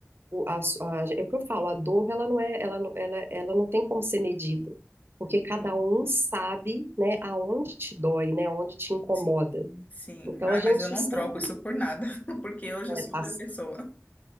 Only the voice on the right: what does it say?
o, a, su- a- é o que eu falo, a dor, ela não é, ela não, ela, ela não tem como ser medida, porque cada
um sabe, né? Aonde te dói, né? Aonde te incomoda.
Então,
a gente
sempre,
né, tá